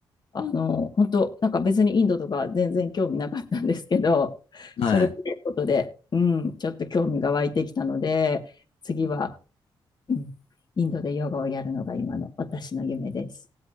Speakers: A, on the left; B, on the left.
A: あの、本当なんか別にインドとか全然興味なかったんですけど、
B: はい。
A: それを見ることで、うん、ちょっと興味が湧いてきたので、次は、
B: うん
A: うん、インドでヨガをやるのが今の私の夢です。